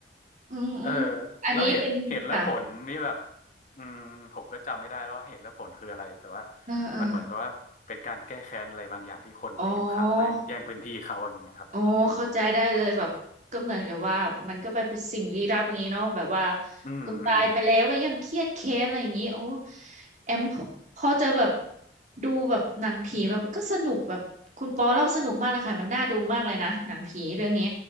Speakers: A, on the right; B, on the left.
A: อืมอืมอันนี้เป็นค่ะ
B: เออแล้วเหตุเหตุและผลนี่แบบอืมผมก็จำไม่ได้แล้วว่าเหตุและผลคืออะไรแต่ว่า
A: เออเออ
B: มันเหมือนกับว่าเป็นการแก้แค้นอะไรบางอย่างที่คนผิวขาวมาแย่งพื้นที่เขาอย่างเงี้ยครับอืม
A: อ๋อ อ๋อเข้าใจได้เลยแบบก็เหมือนกับว่ามันก็ไปเป็นสิ่งลี้ลับอย่างนี้เนาะแบบว่า
B: อืมอืม
A: คนตายไปแล้วก็ยังเครียดแค้นอะไรอย่างนี้โอ้แอมพอพอจะแบบดูแบบหนังผีแบบก็สนุกแบบคุณปอเล่าสนุกมากเลยค่ะมันน่าดูมากเลยนะหนังผีเรื่องนี้